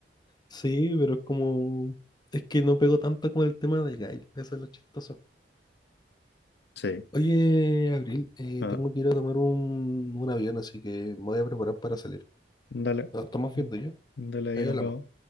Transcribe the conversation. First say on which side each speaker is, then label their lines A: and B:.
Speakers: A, on the left (about 25°); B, on the left (about 65°).
A: sí, pero es como, es que no pego tanto con el tema de Gail, eso es lo chistoso.
B: Sí.
A: Oye, Abril, eh,
B: Ah,
A: tengo que ir a tomar un, un avión, así que me voy a preparar para salir.
B: dale.
A: Nos estamos viendo ya.
B: Dale, ahí
A: Ahí
B: nos
A: hablamos.
B: vemos.